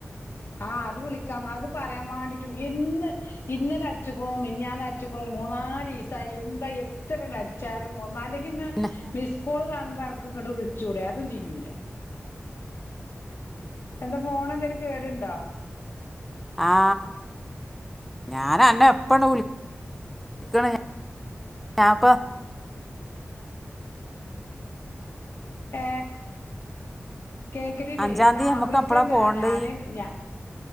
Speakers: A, on the left; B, in the centre.
A: ആ അത് വിളിക്കാം അത് പറിആം മാണ്ടിട്ട് വിളി എന്ന് ഇന്നലെ അടിച്ച്ക്ണു മിഞ്ഞാന്ന് അടിച്ച്ക്ണു ഒര് മൂന്നാലീസായി എന്തായ് എത്രണ്ട് അടിച്ചാലും മാന്റെങ്കി ഇന്ന
B: തന്നെ
A: മിസ്കോള് കാണുമ്പോ അനക്ക് ഇങ്ങോട്ട് വിളിച്ചൂടെ അതും ചെയ്യൂല എന്താ ഫോണ് എന്തേങ്കിലും കേടുണ്ടോ
B: ആ ഞാനന്നെ എപ്പണ്ട് വിളിക്ക്ണ് ഞാൻപ്പം
A: ഏ കേക്കണില്ലേ
B: അഞ്ചാംതീ
A: ആഹ്
B: നമ്മക്ക്
A: വിളിക്കണ്ടാ
B: എപ്പളാ പോണ്ടേ
A: ഞാന് ഞ